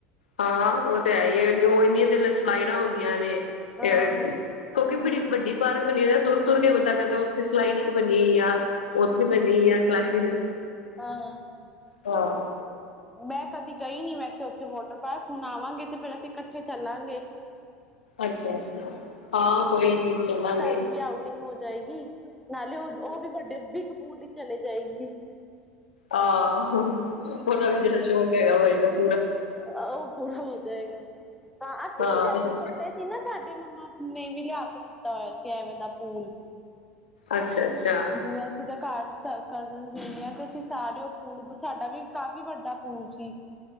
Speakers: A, on the left; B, in the centre.
A: ਹਾਂ ਉਹ ਤੇ ਹੈ ਹੀ ਹੇ, ਜੋ ਇੰਨੀਆਂ ਦਿਲ ਸਮਾਈਲਾ ਹੁੰਦੀਆਂ ਨੇ ਅ
B: ਹਾਂ
A: ਕਿਉਕਿ ਬੜੀ ਵੱਡੀ ਬਾਹਰ ਬਨੀ ਜਾਂ ਤੁਰ- ਤੁਰ ਕੇ ਬੰਦਾ ਕਹਿੰਦਾ, ਉੱਥੇ ਸਲਾਈਡ ਇੱਕ ਬਨੀ ਹੋਈ ਆ। ਉੱਥੇ ਬਣੀ ਆ ਸਲਈਡ।
B: ਆਹ
A: ਹਾਂ।
B: ਮੈਂ ਕਦੀ ਗਈ ਨੀ ਵੈਸੇ ਉੱਥੇ ਵੋਟਰ ਪਾਰਕ। ਹੁਣ ਆਵਾਂਗੇ ਤੇ ਫੇਰ ਅਸੀਂ ਇਕੱਠੇ ਚੱਲਾਂਗੇ।
A: ਅੱਛਾ-ਅੱਛਾ ਹਾਂ ਕੋਈ ਨੀ ਚਲਾਂਗੇ।
B: ਸਾਡੀ ਵੀ ਆਊਟਿੰਗ ਹੋ ਜਾਏਗੀ ਨਾਲੇ ਉਹ-ਉਹ ਵੀ ਵੱਡੇ ਬਿੱਗ ਪੁਲ ਦੀ ਚਲੇ ਜਾਏਗੀ।
A: ਆਹ, ਉਹ ਵੀ ਜਿਹੜਾ ਸ਼ੌਕ ਹੈਗਾ ਵਾ <unintelligible>
B: ਅ ਅ ਉਹ ਪੂਰਾ ਹੋ ਜਾਏਗਾ। ਹਾਂ ਅਸੀਂ
A: ਹਾਂ
B: ਵੀ ਜਦੋਂ ਛੋਟੇ ਸੀ ਨਾ ਸਾਡੇ ਤੇ ਮੰਮਾ ਨੇ ਵੀ ਲਿਆ ਕੇ ਦਿੱਤਾ ਹੋਇਆ ਸੀ ਐਵੇਂ ਦਾ ਪੂਲ
A: ਅੱਛਾ। ਅੱਛਾ
B: ਜਿਵੇਂ ਅਸੀਂ ਤਾਂ ਘਰ ਸਾ ਕਜ਼ਨਸ ਹੁੰਨੇ ਆ ਤੇ ਅਸੀਂ ਸਾਰੇ ਉਹ ਪੂਲ ਪ-ਸਾਡਾ ਵੀ ਕਾਫੀ ਵੱਡਾ ਪੂਲ ਸੀ।